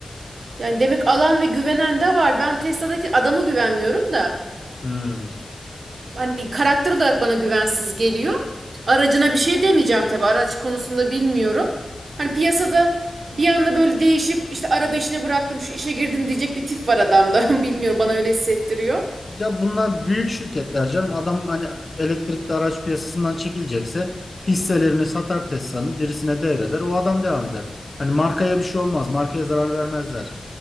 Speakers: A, on the right; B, on the left.
A: Yani demek alan ve güvenen de var. Ben Tesla'daki adama güvenmiyorum da.
B: Hmm.
A: Hani karakter olarak bana güvensiz geliyor. Aracına bir şey demeyeceğim tabii. Araç konusunda bilmiyorum. Hani piyasada bir anda böyle değişip işte araba işine bıraktım, şu işe girdim diyecek bir tip var adamda. <laughs> Bilmiyorum bana öyle hissettiriyor.
B: Ya bunlar büyük şirketler canım. Adam hani elektrikli araç piyasasından çekilecekse hisselerini satar Tesla'nın birisine devreder. O adam devam eder. Hani markaya bir şey olmaz. Markaya zarar vermezler.